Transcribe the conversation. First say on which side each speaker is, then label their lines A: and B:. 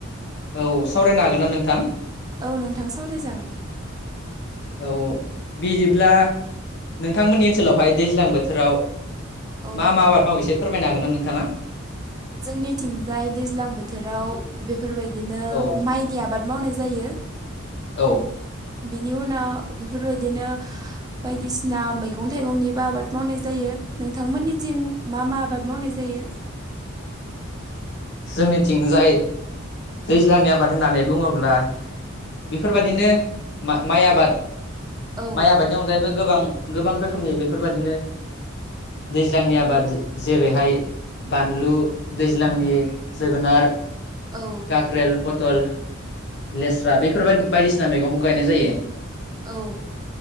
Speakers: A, on the left; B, on the right.
A: औ सावरायनो हागोन ना नोंथां?
B: औ नोंथां सावरायजागोन।
A: औ बिदिब्ला नोंथांमोननि ओनसोलावहाय दैज्लां बोथोराव
B: औ
A: मा मा आबाद मावो एसे फोरमायनो हागोन ना नोंथाङा?
B: जोंनिथिंजाय दैज्लां बोथोराव बेफोरबायदिनो
A: औ
B: माइनि आ बाद मावनाय जायो,
A: औ
B: बिनि उनाव बिफोरबायदिनो बायदिसिना मैगं थाइगंनिबो आबाद मावनाय जायो नोंथांमोनिथिं मा मा आबाद मावनाय जायो?
A: जोंनिथिंजाय दैज्लांनि आबाद होननानै बुङोब्ला बिफोरबादिनो मा माइ आबाद,
B: औ
A: माइ आबादनि अनगायैबो गोबां गोबां रोखोमनि बेफोरबादिनो दैज्लांनि आबाद जेरैहाय बानलु दैज्लांनि जोगोनार
B: औ
A: काक्रेल पटल लेस्रा बेफोरबाय बायदिसिना मैगंखौ गायनाय जायो।
B: औ।